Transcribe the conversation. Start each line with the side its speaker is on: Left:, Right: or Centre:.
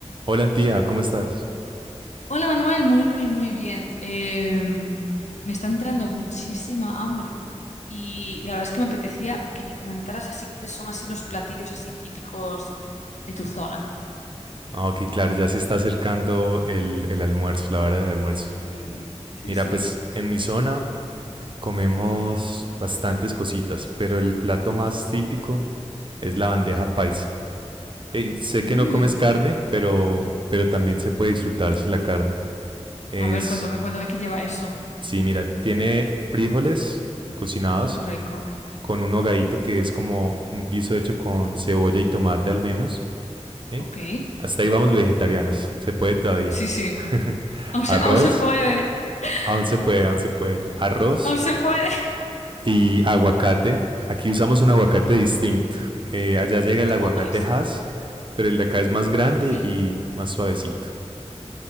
Right: Hola, tía, ¿cómo estás?
Left: Hola Manuel, muy, muy, muy bien. Eh, me está entrando muchísima hambre y la verdad es que me apetecía que me comentaras así cuáles son así los platillos así típicos de tu zona.
Right: Ah, ok, claro, ya se está acercando el, el almuerzo, la hora del almuerzo.
Left: Sí, sí,
Right: Mira,
Left: sí.
Right: pues en mi zona comemos bastantes cositas, pero el plato más típico es la bandeja paisa. Ok, sé
Left: Mm.
Right: que no comes carne, pero, pero también se puede disfrutar sin la carne. Es,
Left: A ver, cuéntame, cuéntame qué lleva eso.
Right: sí, mira, tiene frijoles cocinados
Left: ¡Ay, qué rico!
Right: con un hogadito que es como un guiso hecho con cebolla y tomate al menos. ¿ok?
Left: Ok.
Right: Hasta ahí vamos vegetarianos. Se puede todavía.
Left: Sí, sí.
Right: <laughs>
Left: Aún
Right: Arroz.
Left: se, aún se puede.
Right: Aún se
Left: Ay,
Right: puede,
Left: qué rico.
Right: aún se puede. Arroz
Left: Aún se puede.
Right: y aguacate. Aquí usamos un aguacate
Left: ¡Ay,
Right: distinto.
Left: qué rico!
Right: Eh, allá llega el
Left: ¿Cómo
Right: aguacate
Left: es?
Right: Hass, pero el de acá es más grande
Left: Sí.
Right: y más suavecito.